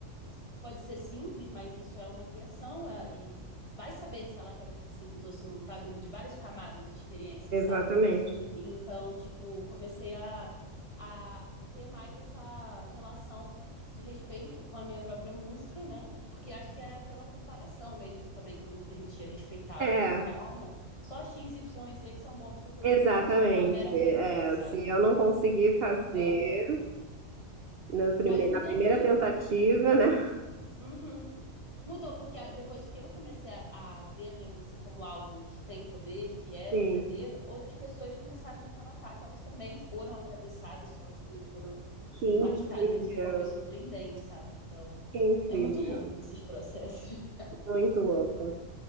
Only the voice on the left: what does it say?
isso pode ser simples, mas isso é uma criação é, e vai saber se ela realmente é simples ou se não está vindo de várias camadas de experiências,
sabe? Então, tipo, comecei a, a ter mais essa relação de respeito com a minha própria música, né? Porque acho que era pela comparação mesmo também que eu não me permitia respeitar.
Eu ficava, ah, não, só X, Y e Z que são bons compositores.
Eu sou uma mera aprendiz,
sabe?
Aham.
Mas mudou
tudo.
Uhum. Mudou, porque a- depois que eu comecei a, a ver a minha música como algo que tem poder, que é
verdadeiro, outras pessoas começaram a me relatar que elas também foram atravessadas, que elas também foram
impactadas
de forma surpreendente, sabe? Então,
é muito louco esses processos. <laughs>